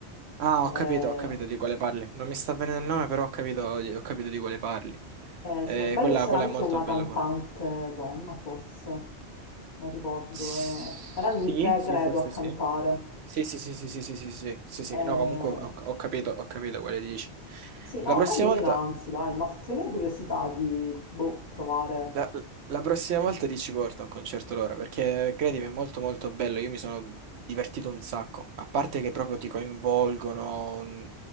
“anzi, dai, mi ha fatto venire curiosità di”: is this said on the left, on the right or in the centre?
Left